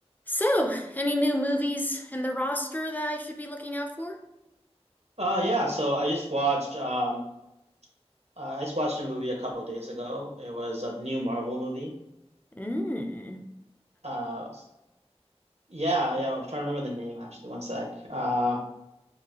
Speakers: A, on the left (about 15°); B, on the right (about 85°).
A: So, any new movies in the roster that I should be looking out for?
B: Uh yeah, so I just watched um uh, I just watched a movie a couple of days ago. It was a new Marvel movie.
A: Mm.
B: Uh yeah, yeah, I'm trying to remember the name actually. One sec. Uh